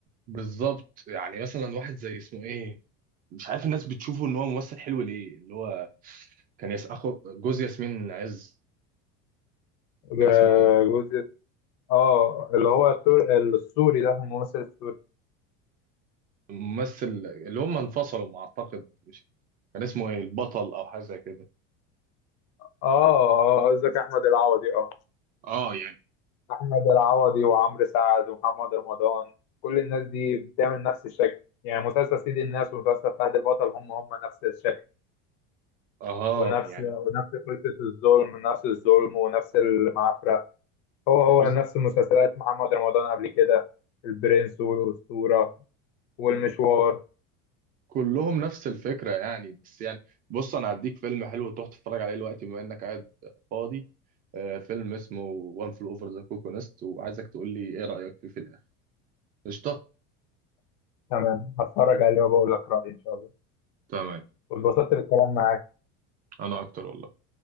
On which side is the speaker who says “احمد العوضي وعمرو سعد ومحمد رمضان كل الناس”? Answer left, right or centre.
Left